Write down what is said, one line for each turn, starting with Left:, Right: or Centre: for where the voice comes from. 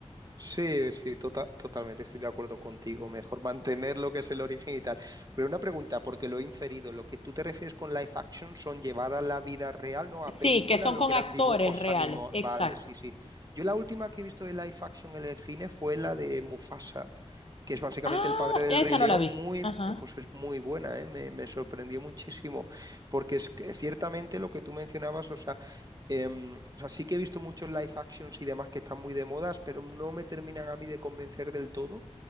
Right: Sí, sí, tota- totalmente estoy de acuerdo contigo. Mejor mantener lo que es el origen y tal. Pero una pregunta, porque lo he inferido, lo que tú te refieres con live action son llevar a la vida real, ¿no?
Left: Sí,
Right: A película,
Left: que son
Right: lo
Left: con
Right: que
Left: actores
Right: eran dibujos
Left: reales,
Right: animados.
Left: exacto.
Right: Vale, sí, sí. Yo la última que he visto de live action en el cine fue la de Mufasa que es básicamente
Left: Ah,
Right: el padre del
Left: ya esa
Right: Rey León,
Left: no la vi.
Right: muy,
Left: Ajá.
Right: eh, pues es muy buena, ¿eh? Me, me sorprendió muchísimo, porque es que ciertamente lo que tú mencionabas, o sea, em, o sea, sí que he visto muchos live actions y demás que están muy de modas, pero no me terminan a mí de convencer del todo.